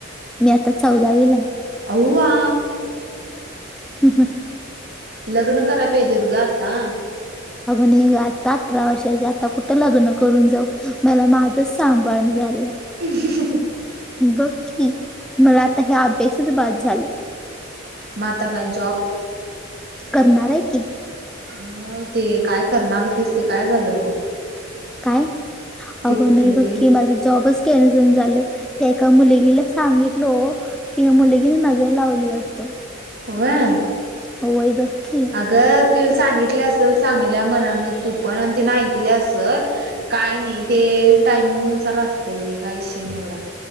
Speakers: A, in the centre; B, on the right.
A: मी आता चौदावीला.
B: आवो व्वा!
A: <inaudible>
B: लग्न कराय पाहिजेत गं आता.
A: अगं नही गं आता अठरा वर्षाचे आता कुठं लग्न करून जाऊ मला माझच सांभाळणं झालं.
B: <inaudible>
A: बघ की मला आता ह्या अभ्यासाचं बास झालं.
B: मग आता काय जॉब
A: करणार हे की.
B: म ते काय करणार होतेस, ते काय झालं मग?
A: काय? अगं
B: ते कुठलं
A: नई गं
B: ते
A: केला बी जॉबच कॅन्सल झालं. त्या एका मुलगीला सांगितलं ती मुलगीनं नजर लावली वाटत.
B: व्हय.
A: व्हय बघ की.
B: ग तु सांगितल असेल चांगल्या मनान तु पण आणि तिने ऐकले असल काय नई ते टायमिंग नुसार असतं, एका विषय निवडा.